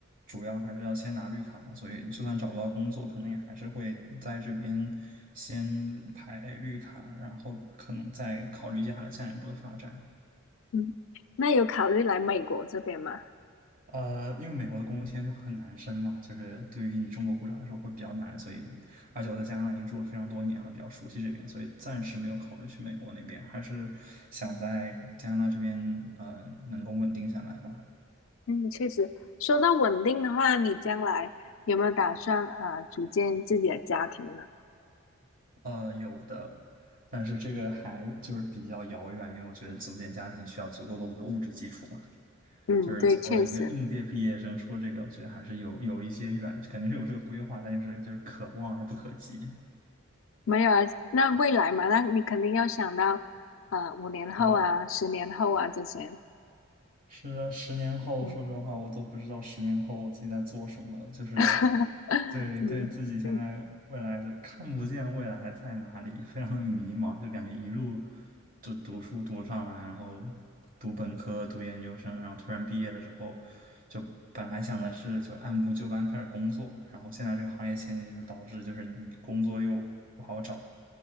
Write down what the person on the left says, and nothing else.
嗯，那有考虑来美国这边吗？
嗯，确实，说到稳定的话，你将来有没有打算呃组建自己的家庭呢？
嗯，
对，确实
没有啊。那未来嘛，那你肯定要想到，呃，五年后啊，
十年后啊这些。
嗯，
<laughs>
嗯嗯